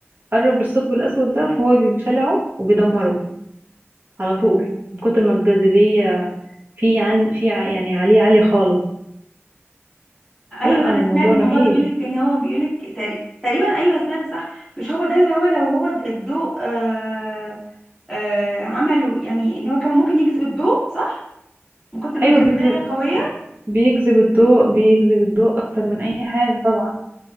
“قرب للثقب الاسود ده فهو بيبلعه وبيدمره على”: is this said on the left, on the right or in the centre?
Right